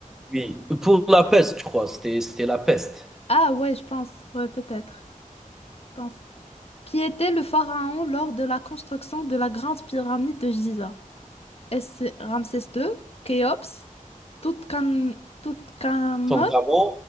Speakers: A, in the centre; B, on the left.
A: oui, pour la peste, je crois, c'était c'était la peste.
B: Ah ouais, je pense. Ouais, peut-être. Je pense. Qui était le pharaon lors de la construction de la grande pyramide de Gizeh? S Ramsès II, Khéops, Toutankhamon, Toutankhamon,
A: Toutankhamon,